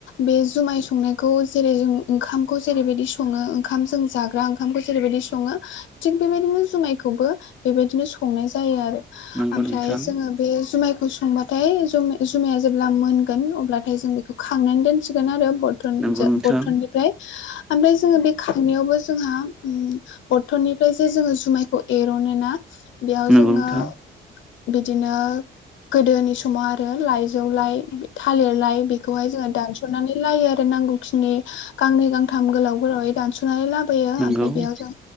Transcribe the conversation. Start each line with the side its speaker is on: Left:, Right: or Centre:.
Left: बे जुमाइ संनायखौ जेरै जों ओंखामखौ जेरैबायदि स ङो ओंखाम जाग्रा ओंख ओंखामखौ जेरैबायदि सङो थिग बेबायदिनो जुमायखौबो बेबायदिनो संनाय जायो आरो।
Centre: नंगौ
Left: ओमफ्राय
Centre: नोंथां
Left: जोङो बे जुमायखौ सं संबाथाय जुम-जुमाया जेब्ला मोनगोन अब्लाथाय जों बेखौ खांनानै दोनसिगोन आरो। बद थन
Centre: नंगौ
Left: जो
Centre: नोंथां
Left: बरथननिफ्राय। ओमफ्राय जोङो बे खांनायावबो जोंहा उम बरथननिफ्राय जे जोङो जुमायखौ एर'नो ना बेयाव
Centre: नंगौ
Left: जोङो
Centre: नोंथां
Left: बिदिनो गोदोनि समाव आरो लाइजौलाय थालिरलाय बेखौहाय जोङो दानस'नानै लायो आरो नांगौ खिनि गांनै गांथाम गोलाव गोलावै दानस'नानै लाबोयो
Centre: नंगौ
Left: ओमफ्राय
Centre: नोंथां
Left: बेयाव जों